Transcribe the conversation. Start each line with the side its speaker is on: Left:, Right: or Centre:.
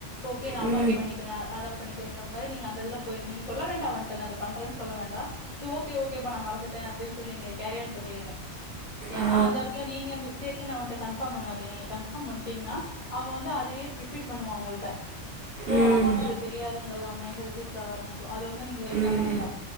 Left: ஓகே நா
Right: ம்
Left: அம்மா இது பண்ணிக்கிறே அத பண்ணிக்குறேங்ற மாரி நீங்க அந்த இதுல பொயிருங்க நீங்த சொல்ல வேண்டா அவன்ட்ட நா இத பண்றே சொல்ல வேண்டா ச ஓகே ஓகேப்பா நா மறந்துட்டே ஓகேன்னு சொல்லி நீங்க கேரி ஆன் பண்ணிருங்க ஏனா
Right: ஆ
Left: அந்த எடத்துல நீங்க மிஸ் டேக்குனு அவன்ட்ட கன்ஃபார்ம் பண்ணாதீ கன்பார்ம் பண்டீங்ன்னா அவ வந்து இதே ரிபீட் பண்ணுவா உங்கள்ட ஓ
Right: ம்
Left: அம்மாக்குது தெரியாதுங்றத அவ மைண்டல ரிஜிஸ்ட்ர் ஆக ஆரம்பிக் சோ அத வந்து நீங்க பண்ண
Right: ம்
Left: வேண்டா